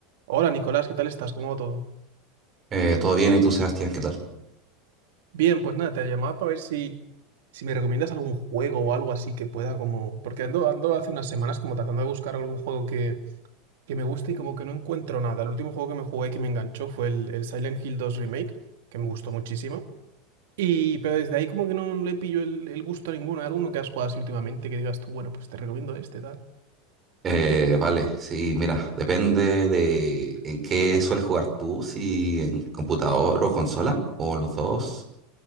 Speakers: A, on the right; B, on the right.
A: Hola Nicolás, ¿qué tal estás? ¿Cómo va todo?
B: Eh, todo bien, ¿y tú, Sebastián, qué tal?
A: Bien, pues nada, te llamaba para ver si, si me recomiendas algún juego o algo así que pueda como... Porque ando, ando hace unas semanas como tratando de buscar algún juego que, que me guste y como que no encuentro nada. El último juego que me jugué que me enganchó fue el, el Silent Hill dos Remake, que me gustó muchísimo. Y, pero desde ahí como que no le pillo el, el gusto a ninguno. ¿Hay alguno que has jugado así últimamente que digas tú, bueno, pues te recomiendo este, tal?
B: Eh, vale, sí, mira, depende de en qué sueles jugar tú, si en computador o consola, o los dos.